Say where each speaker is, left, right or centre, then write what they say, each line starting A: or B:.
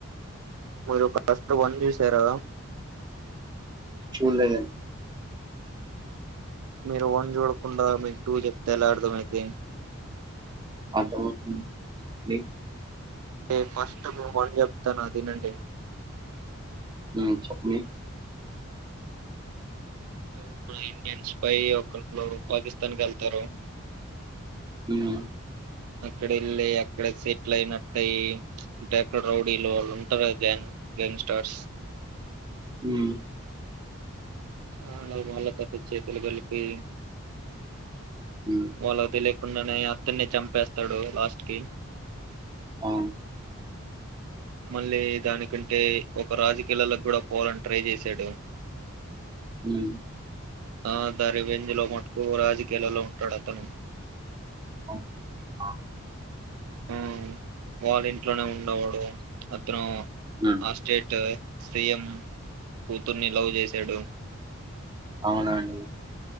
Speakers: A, on the right; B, on the right.
A: మీరు ఫస్ట్ వన్ చూశారా
B: చూడలేద
A: మీరు వన్ చూడకుండా మీకు టూ చెప్తే ఎలా అర్థమైద్ది
B: అర్థమవుతుంది చెప్పండి
A: ఏ ఫస్ట్ ము గన్ చెప్ ప్తన్నా అదినండి
B: ఉం చెప్పండి
A: ఫస్ట్ ఇండియన్స్ పై ఒకరు పాకిస్తాన్ కి వెళ్తారు
B: ఉహ్
A: అక్కడ వెళ్ళి అక్కడ సెటిల్ అయినట్టాయి ఇంక అక్కడ రౌడీలు వాళ్ళు ఉంటారు గ్యాంగ్ గ్యాంగ్స్టార్స్
B: ఉం
A: ఆ వాళ్ళ తో చేతులు కలిపి
B: ఉమ్
A: వాళ్లకి తెలియక కుండానే అక్కడనే చంపేస్తాడు లాస్ట్ కి
B: అవున్
A: మళ్ళీ దానికంటే ఒక రాజ పిల్లలకు కూడా పోవాలని ట్రై చేశాడు
B: ఉమ్
A: ఆ దా రివెంజ్ లో రాజకీయాలలో ఉంటాడు అతను
B: ఆ ఆ
A: ఆ వాళ్ళ ఇంట్లోనే ఉండేవాడు అతను
B: ఉమ్
A: ఆ స్టేట్ సిఎం కూతుర్ని లవ్ చేశాడు
B: అవునా అండి